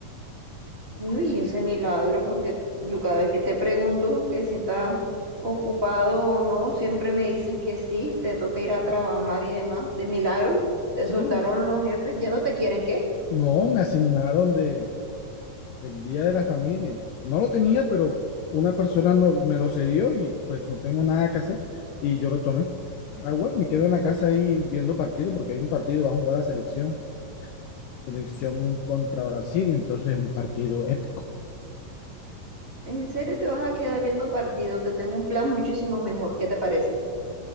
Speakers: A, on the right; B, on the left.
A: Uy, ese milagro, porque yo cada vez que te pregunto que si está ocupado o no, siempre me dices que sí, te toca ir a trabajar y demás. De milagro, te
B: Sí,
A: soltaron los jefes, ya no te quieren, ¿qué?
B: no, me asignaron de, el Día de la Familia. No lo tenía, pero una persona no- me lo cedió y pues no tengo nada que hacer y yo lo tomé. Ah, bueno, me quedo en la casa ahí viendo partido porque hay un partido, va a jugar la selección. Selección contra Brasil, entonces un partido épico.
A: ¿En serio te vas a quedar viendo partido? Te tengo un plan muchísimo mejor, ¿qué te parece?